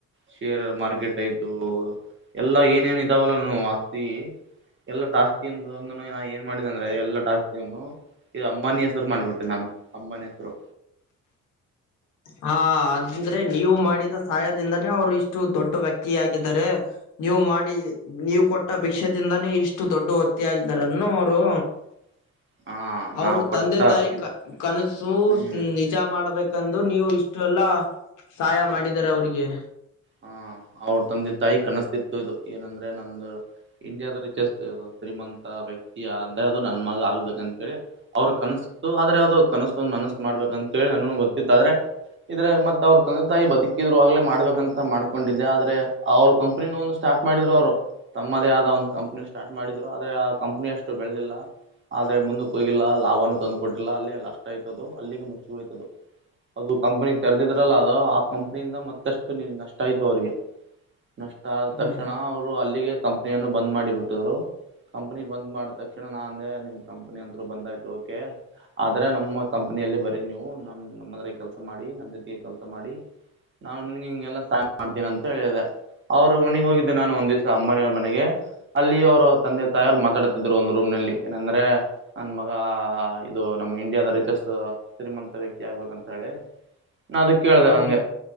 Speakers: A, on the right; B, on the left.
A: ಶೇರ್ ಮಾರ್ಕೆಟ್ ಆಯ್ತು ಎಲ್ಲಾ ಏನೇನ್ ಇದಾವಲ್ಲ ನ ಆಸ್ತಿ ಎಲ್ಲ ಅಸ್ತಿ ಅಂದ ನಾ ಏನ್ ಮಾಡಿದಿದೆ ಅಂದ್ರೆ ಎಲ್ಲಾ ಅಸ್ತಿಯನ್ನು ಈ ಅಂಬಾನಿ ಹೆಸರು ಮಾಡ್ಬಿಟ್ಟು ನಾಮ ಅಂಬನಿ ಹೆಸರು
B: ಹಾ ಅದಂದ್ರೆ ನೀವು ಮಾಡಿದ ಸಹಾಯದಿಂದಾನೇ ಅವ್ರು ಇಷ್ಟು ದೊಡ್ಡ ವ್ಯಕ್ತಿಯಾಗಿದ್ದಾರೆ ನೀವು ಮಾಡಿ ನೀವು ಕೊಟ್ಟ ಭಿಕ್ಷದಿಂದಾನೇ ಇಷ್ಟು ದೊಡ್ಡ ವ್ಯಕ್ತತಿಯಗಾರ ಅನ್ನು ಅವರು
A: <unintelligible> <inaudible>
B: ಅವರು
A: ನಾವ್ ಕೊಟ್ಟ
B: ತಂದೆ ತಾಯಿ
A: ಇದು
B: ಕನಸು
A: ಹ್ಮ್
B: ನಿಜ ಮಾಡ್ಬೇಕೆಂದು ನೀವು ಇಷ್ಟು ಎಲ್ಲ ಸಹಾಯ ಮಾಡಿದ್ದಾರೆ ಅವ್ರಿಗೆ
A: ಹಾ <unintelligible> ಅವ್ರ ತಂದೆ ತಾಯಿ ಕನಸಿತ್ತು ಇದು ಏನಂದ್ರೆ ನಮ್ದು ಇಂಡಿಯಾದ ರಿಚಸ್ ಶ್ರೀಮಂತ ವ್ಯಕ್ತಿ <unintelligible> ಅಂದ್ರೆ ಅದು ನನ್ ಮಗ ಆಗ್ಬೇಕಂತೇಳಿ ಅವ್ರ ಕನಸ್ತು ಆದ್ರೆ ಅದು ಕನಸ್ತು ನನಸ್ ಮಾಡಬೇಕಂತ <unintelligible> ನನ ಗೊತ್ತಿತ್ತ ಆದ್ರೆ ಇದ್ರೆ ಮತ್ ಅವ್ರ ತಂದೆ ತಾಯಿ ಬದುಕಿದ್ರು ಆಗ್ಲೇ ಮಾಡಬೇಕಂತ ಮಾಡ್ಕೊಂಡಿದ್ದೆ ಆದ್ರೆ ಅವ್ರ ಕಂಪನಿ ಒಂದು ಸ್ಟಾರ್ಟ ಮಾಡಿದ್ರು ಅವ್ರು ತಮ್ಮದೇ ಆದ ಒಂದ್ ಕಂಪಾನಿ ಸ್ಟಾರ್ಟ್ ಮಾಡಿದ್ರು ಆದ್ರೆ ಆ ಕಂಪಾನಿ ಅಷ್ಟು ಬೆಳೆದಿಲ್ಲ ಆದ್ರೆ ಮುಂದಕ್ಕೆ ಹೋಗಿಲ್ಲ ಲಾಭನೂ ತಂದುಕ ಕೊಟ್ಟಿಲ್ಲ ಅಲ್ಲಿ ಲಾಸ್ಟ್ ಆಯ್ತುದು ಅಲ್ಲಿಗೆ ಮುಚ್ಚಗ ಹೋಯ್ತು ಅದು ಕಂಪನಿ ತೆರೆದಿದ್ರಲ್ಲ ಅದು ಆ ಕಂಪನಿಯಿಂದ ಮತ್ತಷ್ಟು ನೀ ನಷ್ಟ ನಷ್ಟ ಆಯ್ತು ಅವ್ರಿಗೆ ನಷ್ಟ ಆದ
B: ಹ್ಮ್
A: ತಕ್ಷಣ ಅವ್ರು ಅಲ್ಲಿಗೆ ಕಂಪನಿಯನ್ನು ಬಂದ್ ಮಾಡಿ ಬಿಟ್ಟಿದ್ರು ಕಂಪನಿ ಬಂದ್ ಮಾಡಿದ ತಕ್ಷಣ ನಾಂದೆ ನಿಮ್ ಕಂಪನಿ ಅತ್ರು ಬಂದಾಯ್ತು ಓಕೆ ಆದ್ರ ನಮ್ಮ ಕಂಪನಿಯಲ್ಲಿ ಬರೀ ನೀವು ನಮ ನಮ್ಮದ್ರ ಕೆಲಸ ಮಾಡಿ ನಮ್ಮ್ ಜೊತೆಗೆ ಕೆಲಸ ಮಾಡಿ ನಾನ್ ನಿನ್ಗೆ ಹಿಂಗೆಲ್ಲ ಸಹಾಯ ಮಾಡ್ತೀನ ಅಂತ ಹೇಳಿದೆ ಅವ್ರು ಒನೆಗ್ ಹೋಗಿದ್ದೆ ನಾನು ಒಂದ್ ದಿವ್ಸ ಅಂಬಾನಿಯವರ ಮನೆಗೆ ಅಲ್ಲಿ ಅವರು ತಂದೆ ತಾಯಿ ಅವರು ಮಾತಾಡತಿದ್ರು ಒಂದು ರೂಮ್ ನಲ್ಲಿ ಏನಂದ್ರೆ ನನ್ ಮಗ ಇದು ನಮ್ಮ ಮಗ ಇಂಡಿಯಾದ ರಿಚೆಸ್ ಶ್ರೀಮಂತ ವ್ಯಕ್ತಿ ಆಗ್ಬೇಕಂತ ಹೇಳಿ ನಾ ಅದ ಕೇಳ್ದೇವ
B: ಹ್ಮ್
A: ಹಂಗೆ